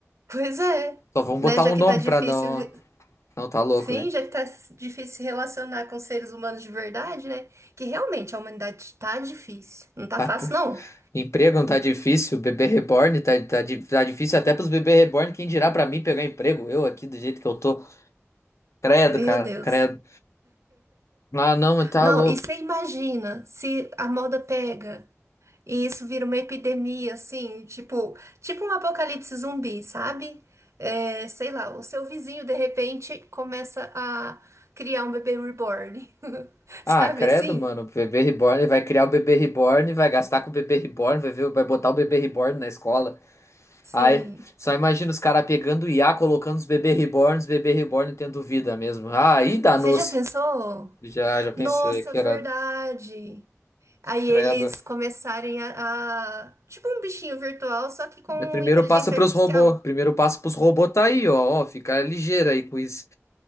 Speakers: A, on the right (about 70°); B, on the left (about 70°).
A: Pois é,
B: Só vão botar
A: né? Já
B: um
A: que
B: nome
A: tá difícil
B: pra não.
A: re-
B: Não, tá louco,
A: Sim,
B: velho.
A: já que tá difícil se relacionar com seres humanos de verdade, né? Que realmente a humanidade tá difícil. Não tá
B: Tá...
A: fácil,
B: p-
A: não.
B: Emprego não tá difícil, bebê reborn tá, tá, di- tá difícil até pros bebê reborn, quem dirá pra mim pegar emprego? Eu aqui do jeito que eu tô. Credo,
A: Meu
B: cara,
A: Deus.
B: credo. Ah, não, tá
A: Não,
B: louco.
A: e você imagina se a moda pega e isso vira uma epidemia, assim, tipo, tipo um apocalipse zumbi, sabe? É, sei lá, o seu vizinho de repente começa a criar um bebê reborn, <laughs> sabe
B: Ah, credo,
A: assim?
B: mano, o bebê reborn, vai criar o bebê reborn, vai gastar com o bebê reborn, vai ver, vai botar o bebê reborn na escola.
A: Sim.
B: Ai, só imagina os caras pegando o I a colocando os bebê reborn, os bebê reborn tendo vida mesmo. Ah, aí danou-se.
A: Você já pensou?
B: Já, já pensei
A: Nossa,
B: que
A: verdade.
B: era.
A: Aí
B: Credo.
A: eles começarem a, a- Tipo um bichinho virtual, só que com
B: O primeiro
A: inteligência
B: passo pros
A: artificial.
B: robôs. Primeiro passo pros robôs tá aí, ó. Ó, fica ligeiro aí com isso.